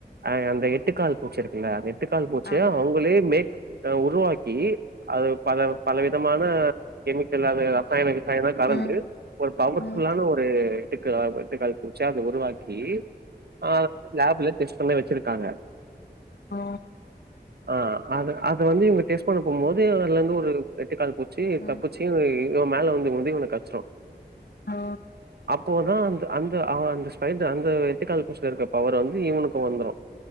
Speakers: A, on the right (about 65°); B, on the left (about 75°).
A: அ அந்த எட்டுக்கால் பூச்சி இருக்குல்ல அந்த எட்டுக்கால் பூச்சிய
B: ஆமா
A: அவங்களே மேக் உருவாக்கி அது பல பல விதமான கெமிக்கல் அதெல்லா சைனுக்கு சையனா கலந்து
B: ம்
A: ஒரு பவர்
B: ம்
A: ஃபுல்லான ஒரு ரு எட்டு எட்டுக் கா எட்டுக்கால் பூச்சியா அத உருவாக்கி அ அத வந்து லேப்ல டெஸ்ட் பண்ணி வச்சிருக்காங்க
B: ஆ
A: ஆ அத அது வந்து இவங்க டெஸ்ட் பண்ண போம்போது அதுல இருந்து ஒரு எட்டு கால் பூச் சி
B: ம்
A: தப்பிச்சு இ இவன் மேல வந்து விழுந்து இவன கடிச்சிடு
B: ஆ
A: அப்போதா அந்த அந்த அந்த ஸ்பைடர் அந்த எட்டுக்கால் பூச்சில இருக்க பவர் வந்து இவனுக்கு வந்துரு